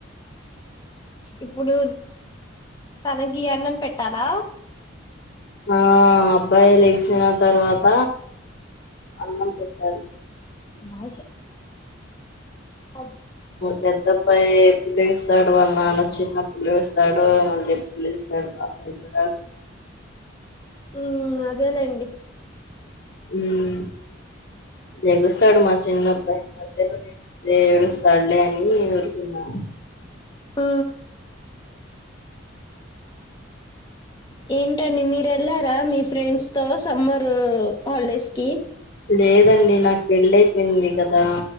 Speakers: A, on the left; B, on the left.
A: ఇప్పుడు తనే ఈ అన్నం పెట్టాలా
B: ఆ అబ్బాయి లేగిసిన తర్ తర్వాత అన్నం పెట్టాను.
A: బాషా ఆ
B: పెద్దబ్బాయి పలు ఇస్తాడు వాళ్ళ నాన్న చిన్న పిలు స్తాడు మళ్ళి పిలుస్తాడు అబ్బాయి కూడా
A: ఉ అదే లేండి.
B: హ్మ్ లెగుస్తాడు మా చిన్నబ్బాయి మధ్యలో లెగిస్తే ఏడుస్తాడులే అని ఊరుకున్నా.
A: ఆ ఏంటండి మీరు వెళ్లారా మీ ఫ్రెండ్స్ తో సమ్మరు హాలిడేస్ కి
B: లేదండి నాకు పెళ్ళయిపోయింది కదా